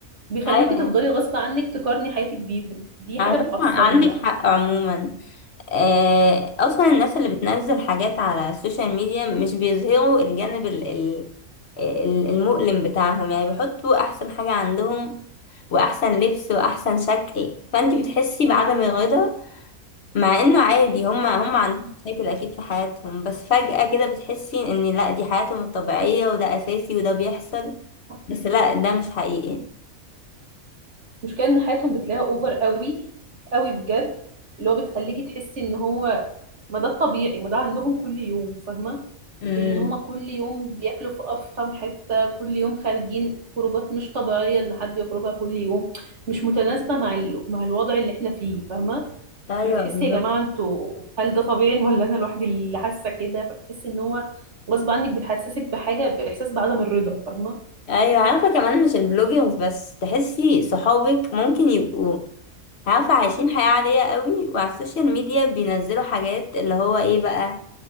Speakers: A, on the right; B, on the left.
A: بيخليكي
B: أيوة
A: تفضلي غصب عنك تقارني حياتك بيهم دي حاجه
B: على فكرة
A: بتعصبني
B: عندك
A: بقى
B: حق عموما آه، اصلا الناس اللي بتنزل حاجات على السوشيال ميديا مش بيظهروا الجانب ال- ال- ال- المؤلم بتاعهم يعني بيحطوا احسن حاجة عندهم واحسن لبس واحسن شكل فانت بتحسي بعدم الرضا مع انه عادي هما هما عندهم مشاكل اكيد في حياتهم بس فجأة كده بتحسي ان لا دي حياتهم الطبيعية وده اساسي وده بيحصل
A: امم
B: بس لا ده مش حقيقي
A: المشكله ان حياتهم بتلاقيها اوفر قوي قوي بجد اللي هو بتخليكي تحسي ان هو ما ده الطبيعي ما ده عندهم كل يوم فاهمه
B: امم
A: ان هما كل يوم بياكلوا في افخم حته كل يوم خارجين خروجات مش طبيعيه ان حد يخرجها كل يوم مش متناسبه مع ال... مع الوضع اللي احنا فيه فاهمه
B: ايوه
A: فبتحسي
B: بالظبط
A: يا جماعه انتوا هل ده طبيعي ولا انا لوحدي اللي حاسه كده فبتحسي ان هو غصب عنك بتحسسك بحاجه باحساس بعدم الرضا فاهمه
B: ايوه عارفه كمان مش البلوجرز بس تحسي صحابك ممكن يبقوا عارفة عايشين حياة عادية قوي وعلى السوشيال ميديا بينزلوا حاجات اللي هو ايه بقى